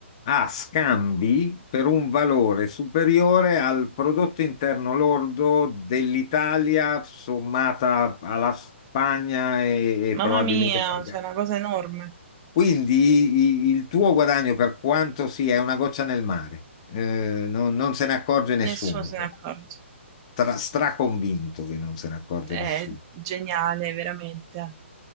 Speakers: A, on the left; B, on the right.
A: ha scambi per un valore superiore al prodotto interno lordo dell'Italia sommata alla Spagna e, e
B: mamma
A: probabilmente
B: mia,
A: qualche
B: c'è una cosa enorme.
A: quindi i- il tuo guadagno, per quanto sia, è una goccia nel mare, Eh, non, non se ne accorge nessuno.
B: Nessuno se ne accorge.
A: Tra, straconvinto che non se ne accorge
B: È
A: nessuno.
B: geniale, veramente.